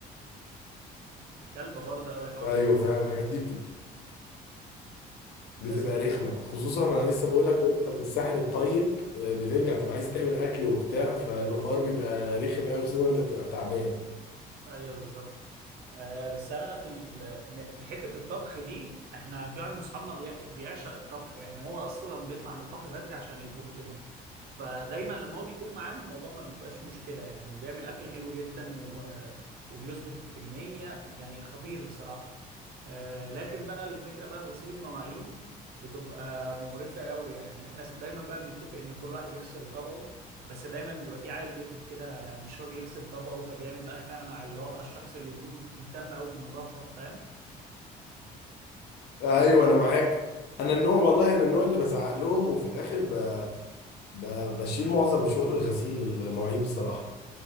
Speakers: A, on the right; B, on the left.
A: كلبة برضه أوي حوار
B: ايوه
A: غسيل
B: فعلا
A: المواعين
B: الحاجات دي
A: ده
B: بت- بتبقى
A: بس آه،
B: رخمه خصوصا انا لسه بقول لك وانت في الساحل الطيب آه، بترجع تبقى عايز تعمل اكل وبتاع فالحوار بيبقى رخم قوي خصوصا انت بتبقى تعبان
A: أيوه بالظبط آه بس انا في ال... م- في حته الطبخ دي احنا في واحد من اصحابنا بي... بيعشق الطبخ يعني هو اصلا بيطلع من البحر بدري عشان يطبخ لنا فدايما لما هو بيكون معانا الموضوع ما بيبقاش مشكله يعني وبيعمل اكل حلو جدا و... وبيظبط الكميه يعني خطير بصراحه آه لكن بقى الفكره بقى في غسيل المواعين بتبقى مقرفه قوي يعني احنا دايما بقى بنتفق ان كل واحد يغسل طبقه بس دايما بيبقى في عيل غيتد كده مش راضي يغسل طبقه فبيعمل بقى خناقه مع اللي هو بقى الشخص اللي يكون مهتم قوي بالنظافه فاهم
B: ايوه انا معاك انا النوع والله انا النوع اللي بزعق لهم وفي الاخر ب... ب... بشيل معظم شغل الغسيل المواعين بصراحه